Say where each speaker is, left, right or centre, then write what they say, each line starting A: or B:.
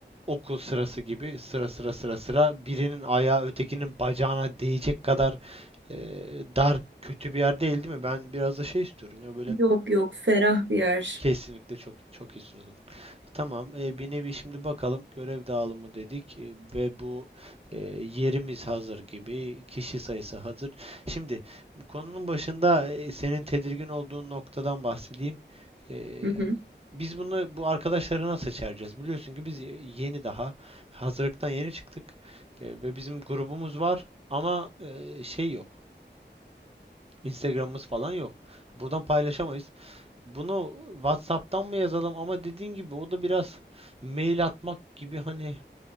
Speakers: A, on the right; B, on the right.
A: okul sırası gibi sıra sıra sıra sıra birinin ayağı ötekinin bacağına değecek kadar eee, dar kötü bir yer değil değil mi? Ben biraz da şey istiyorum ya böyle
B: Yok yok ferah
A: e,
B: bir yer.
A: kesinlikle çok çok iyisin o zaman. E, Tamam. e, bir nevi şimdi bakalım görev dağılımı dedik e, ve bu e, yerimiz hazır gibi kişi sayısı hazır. Şimdi bu konunun başında e, senin tedirgin olduğun noktadan bahsedeyim. E,
B: Hı hı.
A: biz bunu bu arkadaşları nasıl seçeceğiz? Biliyorsun ki biz e, yeni daha hazırlıktan yeni çıktık E, ve bizim grubumuz var ama e, şey yok. Instagram'ımız falan yok. Buradan paylaşamayız. Bunu WhatsApp'tan mı yazalım ama dediğin gibi o da biraz mail atmak gibi hani